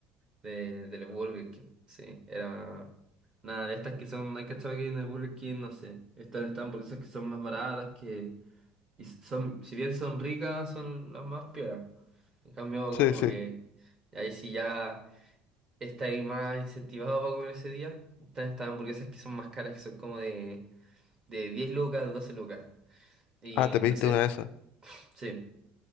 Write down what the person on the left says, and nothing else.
Sí,
sí.
Ah, te
pediste una de esas.